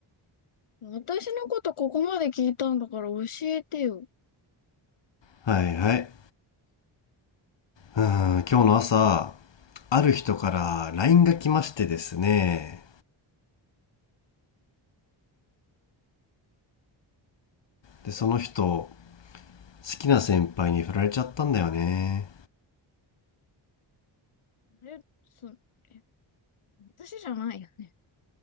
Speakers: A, on the left; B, on the left.
A: 私のことここまで聞いたんだから教えてよ。
B: はいはいうーん今日の朝ある人から LINE が来ましてですね
A: それで
B: でその人きな先輩に振られちゃったんだよね
A: あれ、そ、え、私じゃないよね。